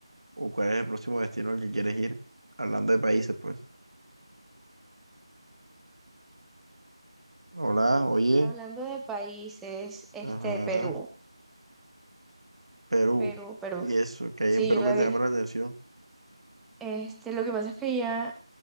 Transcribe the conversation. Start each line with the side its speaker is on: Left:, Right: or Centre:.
Right: o cuál es el próximo destino al que quieres ir? Hablando de países, pues. Hola, oye.
Centre: Hablando de países, este,
Right: Ajá,
Centre: Perú,
Right: Perú.
Centre: Perú, Perú.
Right: Y eso, que hay
Centre: Sí,
Right: en Perú
Centre: yo la
Right: que te
Centre: vi.
Right: llama la atención.
Centre: Este, lo que pasa es que ya